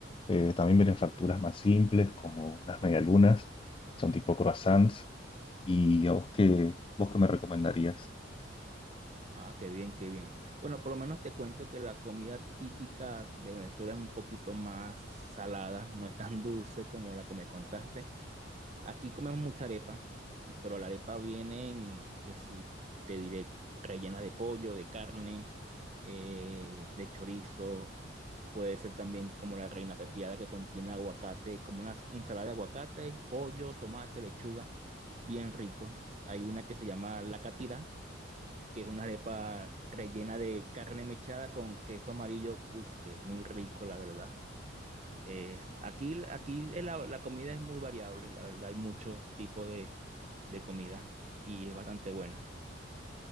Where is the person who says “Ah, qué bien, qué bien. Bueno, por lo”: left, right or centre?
Right